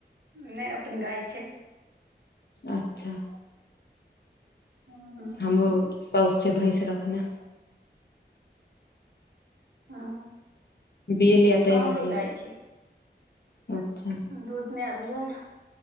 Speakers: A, on the right; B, on the left.
A: नैय अपन गाय छैय।
B: अच्छा।
A: हँ।
B: हमरो साउस छै भैंस रखने।
A: हँ
B: बिएल यै तै
A: हँ हमरो
B: बाजैयै
A: गाय छै
B: अच्छा
A: दू नैय आबेया?